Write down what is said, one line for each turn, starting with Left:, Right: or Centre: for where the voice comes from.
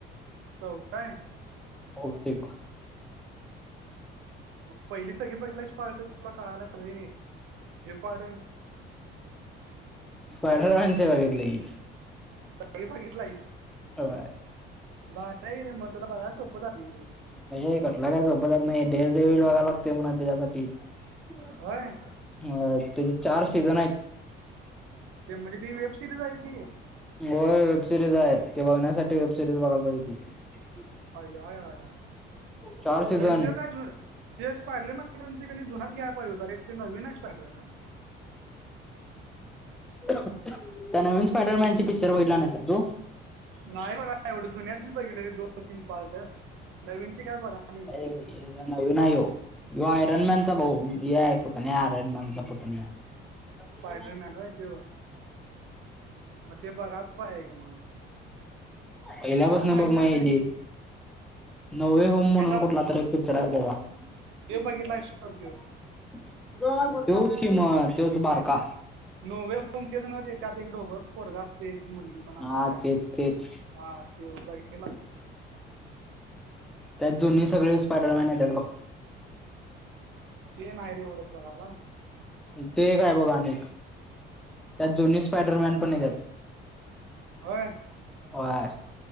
Right: चौथा हाय?
Centre: बहुतेक.
Right: मग पहिली सगळी बघितलास पार्ट तुला कळालाच रे. हे पार्ट आन
Centre: स्पायडरमॅनचे बघितलंय की.
Right: सगळी बघितलायस?
Centre: होय.
Right: भारी हाय ना मग तुला बघाय सोपं जातय की.
Centre: हे कटला काय सोपं जात नाही, <unintelligible> बघायला लागते म्हणून त्याच्यासाठी ते
Right: होय
Centre: अ त्याचे चार सीझन आहेत.
Right: ते म्हणजे ती वेब सिरीज आहे ती?
Centre: होय, वेबसिरीज आहे ते बघण्यासाठी वेबसिरीज बघायला पाहिजेे ती.
Right: आय आय आय आय,
Centre: चार सीझन
Right: कारण त्यो काय झुर ते स्पायडरमॅनचं त्यांचं की नाही जुना घ्याय पाहिजे होता रे, ते नवीन आहे स्पायडरमॅन.
Centre: त्या नवीन स्पायडरमॅनची पिक्चर बघितला नाहीसा तू?
Right: नाही बघाय एवढं, जुन्याचीच बघितले रे दोन तीन पार्ट. नवीनची काय बघा नाही मी
Centre: ये हेजा नवीन हाय ह्यो. ह्यो आयरनमॅनचा भाऊ, ये आहे पुतण्या आयरनमॅनचा पुतण्या. <inaudible>
Right: स्पायडरमॅन होय त्यो मग ते बघा पाहिजे की मग
Centre: पहिल्यापासनं
Right: काय माहितीच
Centre: बघ म हेजी.
Right: नाही
Centre: नवे होम म्हणून
Right: ह्याचा
Centre: कुठला तर एक पिक्चर आहे बुवा.
Right: ते
Centre: <unintelligible>
Right: बघितला सोड त्यो
Centre: त्योच की मन त्योच बारका.
Right: नवे म्हणून तेच ना त्यात एक ढोबळ पोरगं असतंय, ती मुलगी पण सत्या.
Centre: हा तेच तेच
Right: हा त्यो बैठेला
Centre: त्यात जुनी सगळे स्पायडरमॅन येत्यात बघ.
Right: ते न्हाय रे एवढे बघायला.
Centre: ते एक आहे बघ आणि एक त्यात दोन्ही स्पडरमॅन पण येत्यात,
Right: होय
Centre: होय.